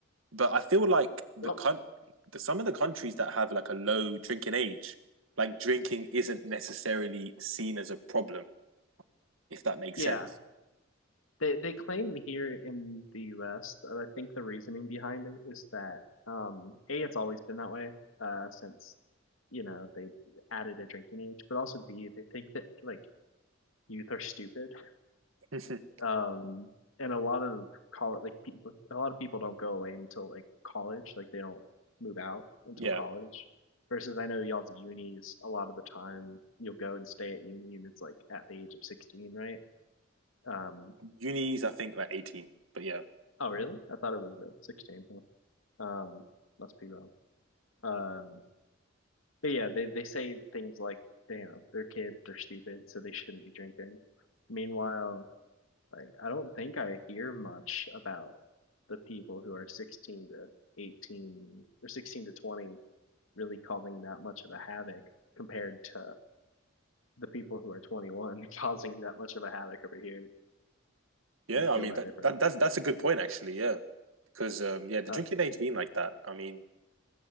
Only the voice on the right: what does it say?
But I feel like the
coun the, some of the countries that have like a low drinking age, like drinking isn't necessarily seen as a problem, if that makes
sense.
<laughs>
Yeah,
unis I think like eighteen, but yeah,
yeah.
I
mean
that,
that that's that's a good point actually. Yeah, because um yeah, the
drinking age being like that, I mean